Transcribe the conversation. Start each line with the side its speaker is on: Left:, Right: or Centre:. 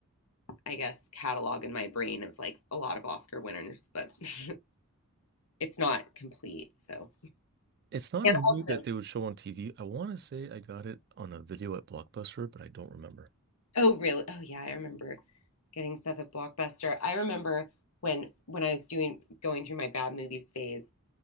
Left: I guess, catalog in my brain of like a lot of Oscar winners, but <laughs> it's not complete. So,
Right: It's not
Left: and
Right: a movie
Left: also,
Right: that they would show on TV. I want to say I got it on a video at Blockbuster, but I don't remember.
Left: oh, really? Oh, yeah, I remember getting stuff at Blockbuster. I remember when when I was doing going through my bad movies phase,